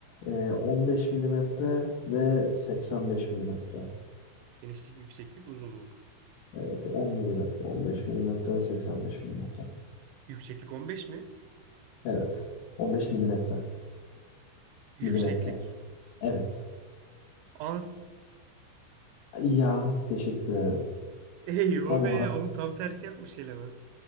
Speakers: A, on the left (about 85°); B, on the right (about 80°).
A: eee, 15 milimetre ve 85 milimetre.
B: Genişlik, yükseklik, uzunluk.
A: Evet 10 milimetre 15 milimetre ve 85 milimetre.
B: Yükseklik 15 mi?
A: Evet 15 milimetre
B: Yükseklik.
A: milimetre. Evet.
B: Az.
A: Ya teşekkür ederim.
B: <laughs> Eyvah
A: Tam
B: be
A: olarak
B: ya. Oğlum tam tersi yapmış eleman.